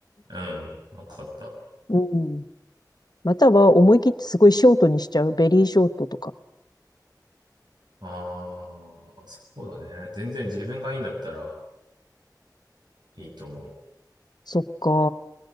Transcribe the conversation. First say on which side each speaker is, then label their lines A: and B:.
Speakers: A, on the right; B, on the left.
A: うん、わかった。
B: うん。または思い切ってすごいショートにしちゃう。ベリーショートとか。
A: ああ、そうだね。全然自分がいいんだったらいいと思う。
B: そっか。